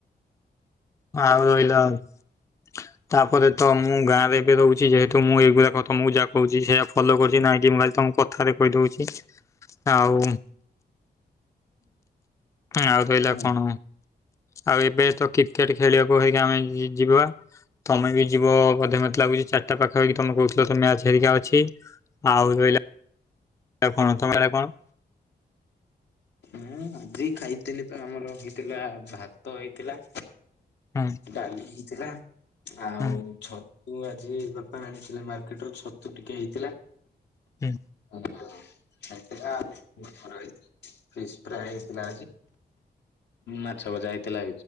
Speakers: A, on the left; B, on the left.
A: ହଁହିଲ <unintelligible> ତାପରେ ତ ମୁଁ ଗାଁ ରେ ଏବେ ରହୁଛି, ଯେହେତୁ ମୁଁ ଏଇଗୁଡା କଥା ମୁଁ ଯାହା କହୁଛି, ସେଇୟା ଫଲୋ କରୁଛି। ନାଇଁ କି ମୁଁ ଖାଲି ତମକୁ କଥାରେ କହିଦଉଛି ଆଉ ଆଉ ରହିଲା
B: ହୁଁ
A: କଣ? ଆଉ ଏବେ ତ କ୍ରିକେଟ ଖେଳିବାକୁ ହେକି ଆମେ ଯିବା ତମେ ବି ଯିବ ବୋଧେ ମତେ ଲାଗୁଛି ଚାରିଟା ପାଖାପାଖି, ତମେ କହୁଥିଲ ତ ମ୍ୟାଚ ହେରିକା ଅଛି। ଆଉ ରଇଲା କଣ? ତମେଲା କଣ?
B: ମୁଁ ଆଜି ଖାଇଥିଲି, ଆମର ହେଇଥିଲା ଭାତ ହେଇଥିଲା
A: ହୁଁ
B: ଡାଲି ହେଇଥିଲା, ଆଉ
A: ହୁଁ
B: ଛ ତୁ, ଆଜି ବାପା ଆଣିଥିଲେ ମାର୍କେଟ ରୁ ଛତୁ ଟିକେ ହେଇଥିଲା।
A: ହୁଁ
B: ହ ଆତ କା ଫିଶ ଫ୍ରାଇ <unintelligible> ଥିଲା ମାଛ ବଜା ହେଇଥିଲା,